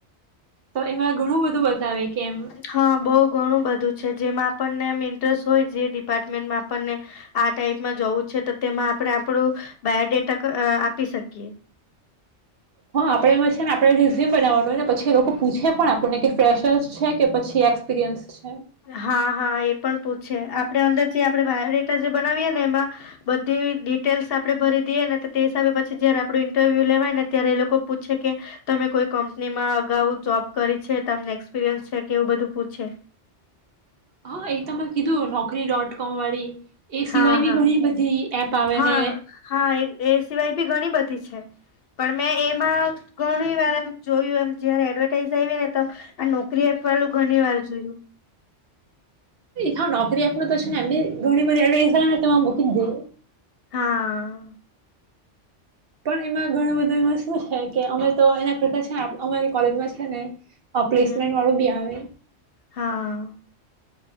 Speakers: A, on the right; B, on the left.
A: તો એમાં ઘણું બધું બતાવે. કે એમ
B: હા બહુ ઘણું બધું છે જેમાં આપણને એમ ઇન્ટરેસ્ટ હોય જે ડિપાર્ટમેન્ટમાં આપણને આ ટાઈપમાં જવું છે તો તેમાં આપણે આપણું બાયોડેટા આપી શકીએ
A: હા આપડે એમાં છે ને આપડણે રિઝ્યુમ બનાવાનું હોય ને પછી એ લોકો પૂછે પણ આપણને ફ્રેશર્સ છે કે પછી એક્સપિરિયન્સ છે
B: હા હા એ પણ પૂછ આપે અંદર જે આપડે બાયોડેટા જે બનાવીએ ને એમાં બધી ડિટેલ્સ આપડે ભરી દઈએ ને તે હિસાબે પછી જયારે આપડું ઈન્ટરવ્યુ લેવાય ને ત્યારે એ લોકો પૂછે કે તમે કોઈ કંપનીમાં અગાઉ જોબ કરી છે તમને એક્સપિરિયન્સ છે કે એવું બધું પૂછે
A: હા એ તો મે કીધું <inaudible> નોકરી ડોટ કોમ વાળી એ સિવાય
B: હા
A: બી
B: હા
A: ઘણી બધી એપ આવે
B: હા
A: ને
B: હા એ સિવાય બી ઘણી બધી છે પણ મેં એમાં ઘણી વાર એમ જોયું એમ જયારે એડવર્ટાઈઝ આવી ને તો આ નોકરી આપવું ઘણી વાર જોયું
A: તો <inaudible> નોકરી આપ તો ને એમને ઘણી બધી એડવાસમાં મૂકીને દે
B: હા
A: પણ એમાં ઘણું બધું એમાં શું છે કે અમે તો એના કરતા છે ને અમારી કોલેજમાં છે ને અ પ્લેસમેન્ટ
B: હમ
A: વાણો બી આવે
B: હા.